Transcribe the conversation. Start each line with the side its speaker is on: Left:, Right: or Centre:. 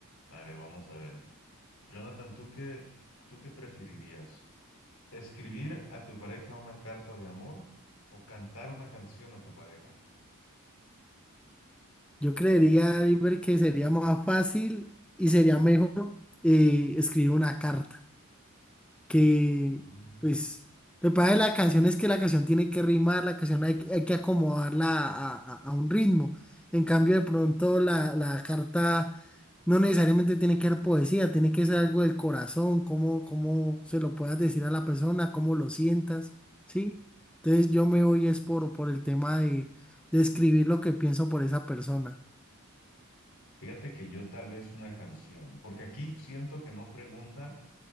Left: a ver, vamos a ver. Jonathan, ¿tú qué, tú qué preferirías? ¿Escribir a tu pareja una carta de amor o cantar una canción a tu pareja?
Centre: Yo creería, Iber, que sería más fácil y sería mejor eh, escribir una carta. que
Left: Mm,
Centre: pues lo que pasa de la canción es que la canción tiene que rimar, la canción hay, que hay que acomodarla a, a- a un ritmo. En cambio, de pronto la, la carta no necesariamente tiene que ser poesía, tiene que ser algo del corazón, cómo, cómo se lo puedas decir a la persona, cómo lo sientas, ¿sí? Entonces yo me voy es por, por el tema de, de escribir lo que pienso por esa persona.
Left: Fíjate que yo tal vez una canción, porque aquí siento que no pregunta,